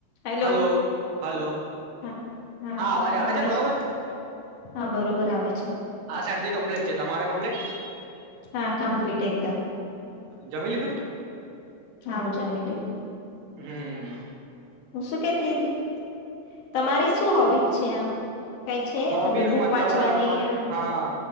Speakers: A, on the left; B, on the right.
A: Hello
B: hello hello
A: હા હા તમને
B: અવાજ આવે
A: સંભળાય
B: બરોબર
A: છે હા બરોબર આવે છે.
B: આ સાઇડથી કમ્પ્લેટ છે. તમારે કમ્પ્લેટ.
A: હા કમ્પ્લીટ એકદમ.
B: જમી લીધું?
A: હાવ જમી લીધું.
B: હમ્મ.
A: હું શું કેતી તીતી તમારી શું હોબીટ છે આમ. કઈ છે
B: હોબીઝ
A: બુક
B: મતલબ
A: વાંચવાની
B: હ
A: આ
B: હા.